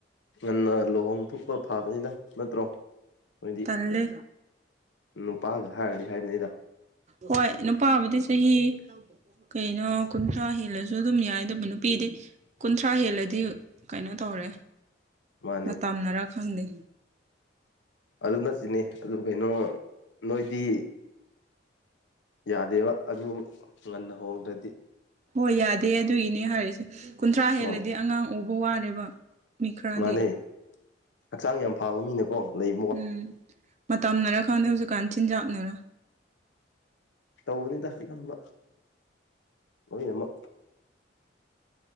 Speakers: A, on the left; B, on the right.
A: ꯉꯟꯅ ꯂꯨꯍꯣꯡ ꯊꯣꯛꯄ ꯐꯥꯕꯅꯤꯗ ꯅꯠꯇ꯭ꯔꯣ ꯃꯣꯏꯗꯤ
B: ꯇꯜꯂꯦ
A: ꯅꯨꯄꯥꯒ ꯍꯥꯏꯔꯗꯤ ꯍꯥꯏꯕꯅꯤꯗ
B: ꯍꯣꯏ ꯅꯨꯄꯥꯕꯨꯗꯤ ꯆꯍꯤ ꯀꯩꯅꯣ ꯀꯨꯟꯊ꯭ꯔꯥ ꯍꯦꯜꯂꯁꯨ ꯑꯗꯨꯝ ꯌꯥꯏꯗꯕ ꯅꯨꯄꯤꯗꯤ ꯀꯨꯟꯊ꯭ꯔꯥ ꯍꯦꯜꯂꯗꯤ ꯀꯩꯅꯣ ꯇꯧꯔꯦ
A: ꯃꯥꯅꯦ
B: ꯃꯇꯝꯅꯔ ꯈꯪꯗꯦ
A: ꯑꯗꯨ ꯅꯁꯤꯅꯦ ꯑꯗꯨ ꯀꯩꯅꯣ ꯅꯣꯏꯗꯤ ꯌꯥꯗꯦꯕ ꯑꯗꯨ ꯉꯟꯅ ꯍꯣꯡꯗ꯭ꯔꯗꯤ
B: ꯍꯣꯏ ꯌꯥꯗꯦ ꯑꯗꯨꯒꯤꯅꯦ ꯍꯥꯏꯔꯤꯁꯦ ꯀꯨꯟꯊ꯭ꯔꯥ ꯍꯦꯜꯂꯗꯤ
A: ꯍꯣꯏ
B: ꯑꯉꯥꯡ ꯎꯕ ꯋꯥꯔꯦꯕ ꯃꯤ ꯈꯔꯗꯤ
A: ꯃꯥꯅꯦ ꯍꯛꯆꯥꯡ ꯌꯥꯝ ꯐꯥꯕ ꯃꯤꯅꯀꯣ ꯂꯩ
B: ꯎꯝ ꯃꯇꯝꯅꯔ ꯈꯪꯗꯦ ꯍꯧꯖꯤꯛꯀꯥꯟ ꯆꯤꯟꯖꯥꯛꯅꯔ
A: ꯇꯧꯕꯅꯤꯗ ꯑꯅꯝꯕ ꯂꯣꯏꯅꯃꯛ